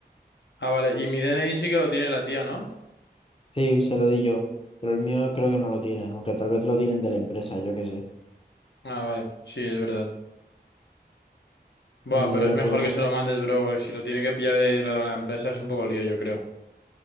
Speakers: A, on the left; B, on the left.
A: Ah, vale. Y mi DNI sí que lo tiene la tía, ¿no?
B: Sí, se lo di yo, pero el mío creo que no lo tienen, aunque tal vez lo tienen de la empresa, yo qué sé.
A: Ah, vale. Sí, es verdad. Buah,
B: Ni
A: pero
B: idea,
A: es mejor
B: podría
A: que se
B: ser.
A: lo mandes, bro, porque si lo tiene que pillar de ahí de la empresa es un poco lío, yo creo.